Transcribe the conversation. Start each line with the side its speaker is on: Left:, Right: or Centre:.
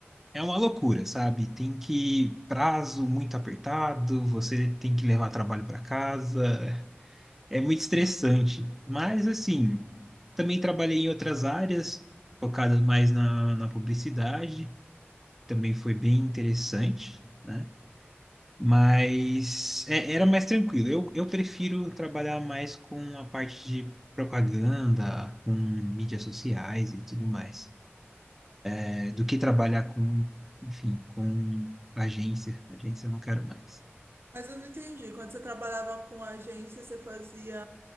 Centre: É uma loucura, sabe? Tem que prazo muito apertado, você tem que levar trabalho para casa. É muito estressante. Mas assim, também trabalhei em outras áreas, focado mais na, na publicidade, também foi bem interessante, né? Mas é- era mais tranquilo. Eu, eu prefiro trabalhar mais com a parte de propaganda, com mídias sociais e tudo mais é, do que trabalhar com, enfim, com agência. Agência eu não quero mais.
Right: Mas eu não entendi. Quando você trabalhava com agência, você fazia